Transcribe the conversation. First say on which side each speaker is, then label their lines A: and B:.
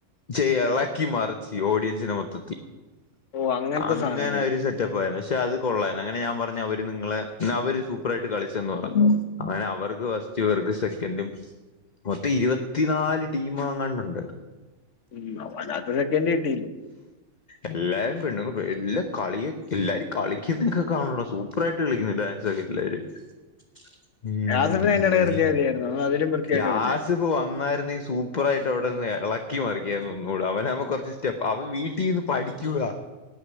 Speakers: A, on the left; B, on the left.
A: ചെ ഇളക്കി മറിച്ച് ഓഡിയൻസിന്റെ മൊത്തത്തിൽ
B: ഓ അങ്ങനത്തെ
A: അങ്ങനെ
B: സാധനങ്ങൾ
A: ഒരു സെ <unintelligible> പക്ഷെ അത് കൊള്ളായിരുന്നു അങ്ങനെ ഞാൻ പറഞ്ഞഞ് അവര് നിങ്ങള് അവര് സൂപ്പർായിട്ട് കളിച്ചന്ന് പറഞ്ഞു
B: ഉം
A: അങ്ങനെ അവർക്ക് ഫസ്റ്റ് ഇർക്ക് സെക്കൻഡും മൊത്തം ഇരുപത്തിനാല് ടീ മാങ്ങാണ്ടണ്ട്
B: ഉം <unintelligible> ഇട്ടീല്
A: എല്ലാരും പെണ്ണു എല്ലാ കളിയ എല്ലരും കളിക്കുന്നക്കെ കാണ സൂപ്പർായിട്ട് കളിക്കുന്നു ഡ <unintelligible> ഉം
B: യാസഫിനെ
A: അങ്ങനെ
B: അതിന്റെ ഇടയിൽ നിർത്തിയാൽ മതിയായിരുന്നു അവൻ അതിലും വൃത്തിയായിട്ട്
A: യാസ്ഫ്
B: കളിച്ചായിരുന്നു
A: വന്നരുന്നെ സൂ സുപ്പുറായിട്ട് അവിടെന്ന് ഇളക്കി മാറിക്കിയ ഒന്നുകൂട അവനുമ കുറച്ച് സ്റ്റെപ്പ് അവൻ വീട്ടിൽന്ന് പഠിക്കൂലാ